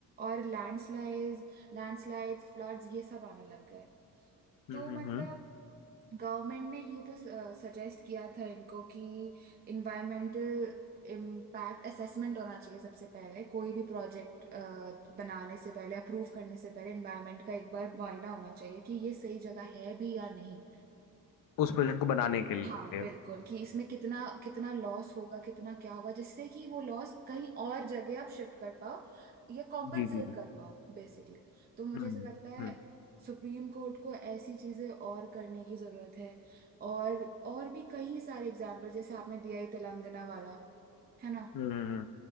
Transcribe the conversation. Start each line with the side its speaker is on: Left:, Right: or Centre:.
Right: और लैंडस्लाइड लैंडस्लाइड फ्लड्स ये सब आने लग गए तो
Left: हम्म हम्म
Right: मतलब
Left: हम्म
Right: गवर्नमेंट ने ये तो सजेस्ट किया था इनको कि इन्वायरमेंटल इम्पैक्ट असेसमेंट होना चाहिए सबसे पहले कोई भी प्रोजेक्ट बनाने से पहले अप्रूव करने से पहले इन्वायरमेंट का एक बार मुआयना होना चाहिए कि ये सही जगह है भी या नहीं
Left: उस प्रोजेक्ट को बनाने के लिए
Right: हाँ बिल्कुल कि इसमें कितना कितना लॉस होगा कितना क्या होगा जिससे कि वो लॉस कहीं और जगह आप शिफ्ट कर पाओ या कॉम्पनसेट
Left: जी जी जी
Right: कर पाओ बेसिकली तो मुझे
Left: हम्म
Right: ऐसा लगता है
Left: हम्म
Right: सुप्रीम कोर्ट को ऐसी चीजें और करने की जरूरत है और और भी कई सारे एग्जाम्पल जैसे आपने दिया ही तेलंगाना वाला है ना
Left: हम्म हम्म,